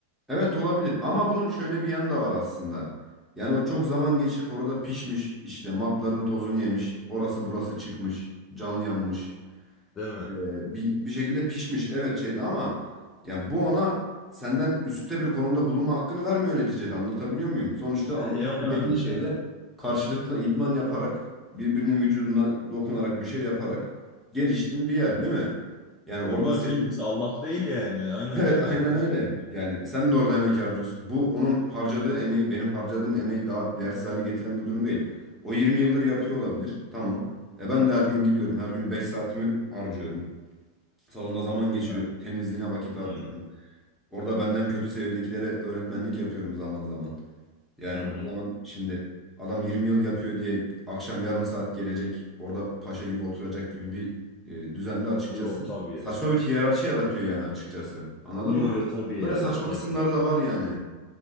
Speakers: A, in the centre; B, on the left (about 20°).
A: Evet olabilir ama bunun şöyle bir yanı da var aslında. Yani o çok zaman geçirip orada pişmiş işte matların tozunu yemiş orası burası çıkmış can yanmış
B: Değil mi?
A: Ee, bir, bir şekilde pişmiş evet şeydi ama ya bu ona senden üstte bir konumda bulunma hakkını vermiyor neticede anlatabiliyor muyum? Sonuçta
B: E
A: antrenman
B: yani aynen
A: dediğin şeyde
B: ya.
A: karşılıklı idman yaparak birbirinin vücuduna dokunarak bir şey yaparak geliştiğin bir yer değil mi? Yani orada
B: Ve Başka
A: senin
B: kimse Allah değil yani. Aynen
A: Evet
B: öyle.
A: aynen
B: Tabii.
A: öyle.
B: tabii.
A: Yani sen de orada emek harcıyorsun. Bu onun harcadığı emeği benim harcadığım emeği daha değersiz hale getiren bir durum değil. O 20 yıldır yapıyor olabilir. Tamam. E ben de her gün gidiyorum. Her gün 5 saatimi harcıyorum. Salonda zaman geçiriyorum.
B: Ha,
A: Temizliğine vakit harcıyorum.
B: Aynen.
A: Orada benden kötü seviyedekilere öğretmenlik yapıyorum zaman zaman. Yani
B: Hı hı.
A: o zaman şimdi adam 20 yıl yapıyor diye akşam yarım saat gelecek orada paşa gibi oturacak gibi bir e, düzende açıkçası
B: Yo tabii
A: saçma
B: ya.
A: bir hiyerarşi yaratıyor yani açıkçası. Anladın
B: Yo
A: mı?
B: yo tabii
A: Böyle
B: ya.
A: saçma
B: Tabii
A: kısımları
B: tabii.
A: da var yani.